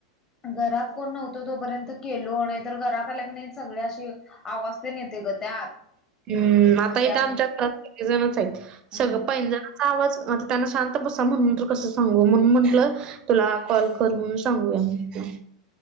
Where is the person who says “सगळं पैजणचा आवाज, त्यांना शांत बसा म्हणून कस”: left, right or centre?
Right